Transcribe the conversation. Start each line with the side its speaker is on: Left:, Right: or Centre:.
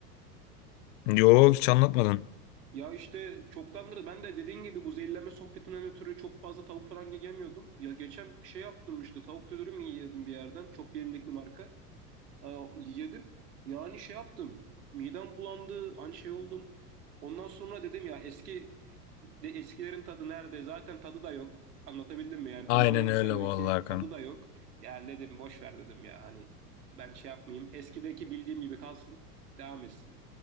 Left: Yok hiç anlatmadın.
Right: Ya işte çoktandır ben de dediğin gibi bu zehirlenme sohbetinden ötürü çok fazla tavuk falan yiyemiyordum. Ya geçen bir şey yaptım işte tavuk dürüm yedim bir yerden. Çok bilindik bir marka. Aa, yedim. Yani şey yaptım. Midem bulandı. Hani şey oldum. Ondan sonra dedim ya eski de eskilerin tadı nerede? Zaten tadı da yok. Anlatabildim mi yani?
Left: Aynen
Right: on-on yıl
Left: öyle
Right: seneki
Left: vallahi Hakan.
Right: tadı da yok. Yani dedim boş ver dedim ya hani ben şey yapmayayım. Eskideki bildiğim gibi kalsın. Devam etsin.